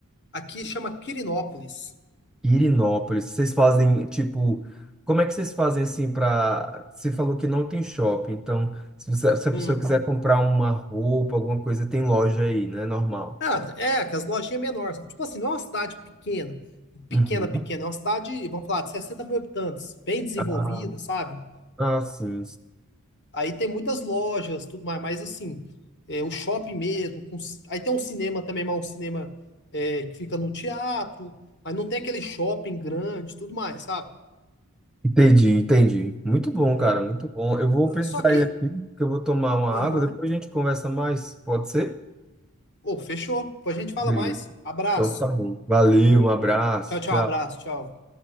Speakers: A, on the left (about 50°); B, in the centre.
A: Aqui chama Quirinópolis.
B: Irinópolis. Vocês fazem, tipo, como é que vocês fazem assim para. Você falou que não tem shopping. Então, se você- se a
A: Hum.
B: pessoa quiser comprar uma roupa, alguma coisa, tem loja aí, né? Normal.
A: Ah, é, que as lojinhas menores, sabe? Tipo assim, não é uma cidade pequena, pequena,
B: Uhum.
A: pequena, é uma cidade, vamos falar, de 60 mil habitantes, bem desenvolvida,
B: Ah,
A: sabe?
B: ah, sim, sim.
A: Aí tem muitas lojas, tudo mais, mas assim, é, o shopping mesmo, com ci- aí tem um cinema também, mas um cinema é, que fica no teatro, mas não tem aquele shopping grande, tudo mais, sabe?
B: Entendi, entendi. Muito bom,
A: Uhum.
B: cara, muito bom. Eu vou precisar
A: Só que,
B: ir aqui, que eu vou tomar uma
A: aham,
B: água, depois a gente conversa mais, pode ser?
A: Ô, fechou, depois a gente fala
B: Beleza.
A: mais, abraço,
B: Então tá bom. Valeu, um abraço,
A: tchau, tchau,
B: tchau.
A: abraço, tchau.